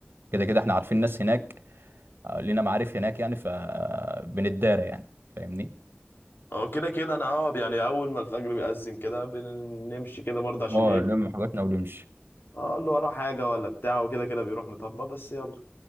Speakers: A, on the right; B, on the left.
A: كده كده احنا عارفين ناس هناك آه، لينا معارف هناك يعني فبنتدارى يعني فاهمني
B: اه كده كده انا اه يعني اول ما الفجر بيأذن كده بنمشي كده برضه عشان
A: اه
B: ايه
A: نلم حاجاتنا ونمشي
B: اه اللي وراه حاجه ولا بتاع وكده كده بيروح مطبق بس يلا